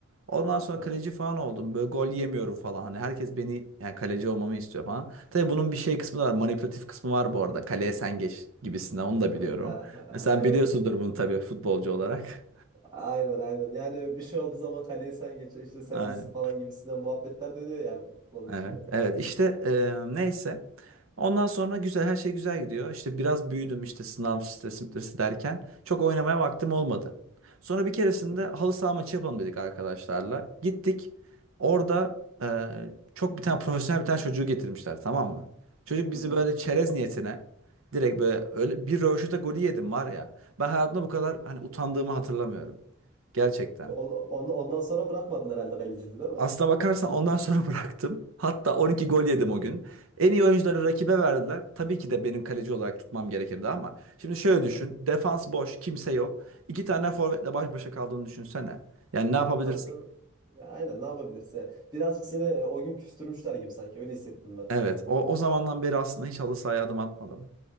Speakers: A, on the right; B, on the right.
A: Ondan sonra
B: Evet.
A: kaleci falan oldum. Böyle gol yemiyorum falan. Hani herkes beni yani kaleci olmamı istiyor falan. Tabii bunun bir şey kısmı da var. Manipülatif kısmı var bu arada. Kaleye sen geç gibisinden onu da biliyorum.
B: Aha,
A: E Sen
B: evet.
A: biliyorsundur bunu tabii futbolcu olarak.
B: Aynen aynen. Yani bir şey olduğu zaman kaleye sen geç. işte sen
A: <laughs> Aynen.
B: iyisin falan gibisinden muhabbetler dönüyor yani bunun içinde.
A: Evet, evet işte e, neyse. Ondan sonra güzel her şey güzel gidiyor. İşte biraz büyüdüm işte sınav stresi stresi derken çok oynamaya vaktim olmadı. Sonra bir keresinde
B: Hı hı.
A: halı saha maçı yapalım dedik arkadaşlarla. Gittik. Orada e, çok bir tane profesyonel bir tane çocuğu getirmişler tamam mı? Çocuk bizi
B: Hı hı.
A: böyle çerez niyetine direkt böyle öyle bir rövaşata golü yedim var ya. Ben hayatımda bu kadar hani utandığımı hatırlamıyorum. Gerçekten.
B: On- on- ondan sonra bırakmadın herhalde kaleciliği değil mi?
A: Aslına bakarsan ondan sonra <laughs> bıraktım. Hatta 12 gol yedim o gün. En iyi oyuncuları rakibe verdiler. Tabii ki de benim kaleci olarak tutmam gerekirdi ama. Şimdi şöyle
B: Evet.
A: düşün. Defans boş, kimse yok. İki tane forvetle baş başa kaldığını düşünsene. Yani ne
B: Ya
A: yapabilirsin?
B: tabii canım. Ya aynen ne yapabilirsin? Birazcık seni e, o gün küstürmüşler gibi sanki öyle hissettim ben.
A: Evet. O, o zamandan beri aslında hiç halı sahaya adım atmadım.